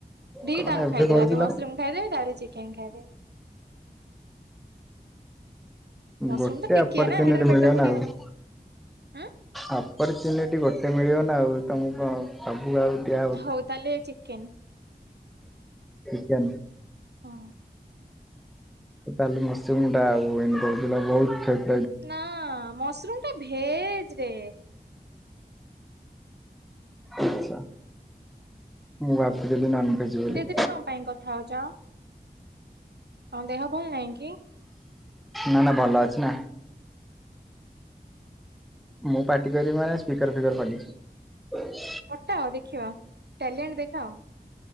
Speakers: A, on the right (about 80°); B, in the centre.
A: ଦିଟାଙ୍କ
B: କଣ ଏବେ
A: ଖାଇଦେବି
B: କହୁଥିଲ
A: ଆଗେ ମସରୁମ ଖାଇଦେବି ତା ପରେ ଚିକେନ ଖାଇଦେବି। ମସରୁମ
B: ଗୋଟେ
A: ତ ଟିକିଏ
B: ଅପର୍ଚୁନିଟି
A: ନା ହେଟାରେ ପେଟ
B: ମିଳିବ
A: ପୁରିବନି
B: ନା ଆଉ।
A: ଉଁ।
B: ଅପର୍ଚୁନିଟି ଗୋଟେ ମିଳିବ ନା ଆଉ। ତମକୁ କଣ ସବୁ ଆଉ ଦିଆହବ
A: ହଉ ତାହେଲେ ଚିକେନ୍।
B: ଚିକେନ।
A: ହଁ
B: ତାହେଲେ ମସୃମଟା ଆଉ ଏନୁ କହୁଥିଲ ବହୁତ ଥେ
A: ନା ମସରୁମ ଟା ଭେଜରେ।
B: ଆଛା ମୁଁ ଭାବିଦେଲି ନନ୍ ଭେଜ ବୋଲି।
A: ରେ କଣ ପାଇଁ କଥା ହୋଉଛ? ତମ ଦେହ ଭଲ ନାହିଁ କି?
B: ନା ନା ଭଲ ଅଛି ନା। ମୁଁ ପାଟି କରିବି ମାନେ ସ୍ପିକର ଫିକର ଖଲିଛି।
A: ପଟାଅ ଦେଖିବା। ଟ୍ୟାଲେଣ୍ଟ ଦେଖାଅ